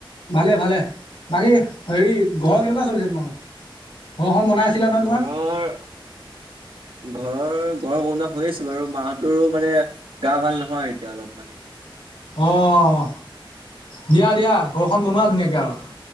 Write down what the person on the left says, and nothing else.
ভালে -ভালে বাকী হেৰি ঘৰৰ
কেনেকুৱা চলিছে তোমালোকৰ? ঘৰখন বনাই আছিলা নহয় তোমাৰ?
অহ, দিয়া -দিয়া ঘৰখন বনোৱা ধুনীয়াকে আৰু।